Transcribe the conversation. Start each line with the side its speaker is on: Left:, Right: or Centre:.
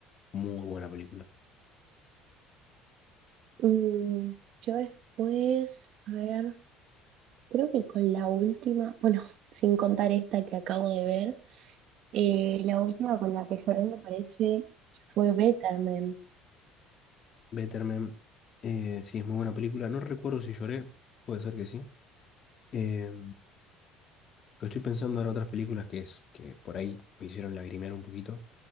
Left: muy buena película.
Right: Mm, yo después, a ver. Creo que con la última, bueno, <laughs> sin contar esta que acabo de ver, eh, la última con la que lloré me parece fue Better Man.
Left: Better Man, eh, sí, es muy buena película. No recuerdo si lloré, puede ser que sí. Eh, Pero estoy pensando en otras películas que, es, que por ahí me hicieron lagrimear un poquito.